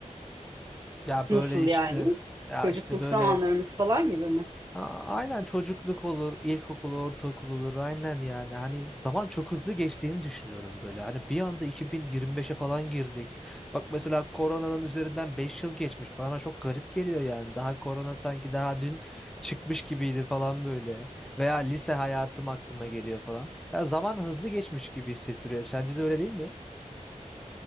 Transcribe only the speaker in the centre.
Ya böyle
işte
ya
işte böyle
a- aynen çocukluk olur, ilkokul, ortaokul olur aynen yani. Hani zaman çok hızlı geçtiğini düşünüyorum böyle. Hani bir anda 2025'e falan girdik. Bak mesela koronanın üzerinden 5 yıl geçmiş. Bana çok garip geliyor yani. Daha korona sanki daha dün çıkmış gibiydi falan böyle. Veya lise hayatım aklıma geliyor falan. Ya zaman hızlı geçmiş gibi hissettiriyor. Sence de öyle değil mi?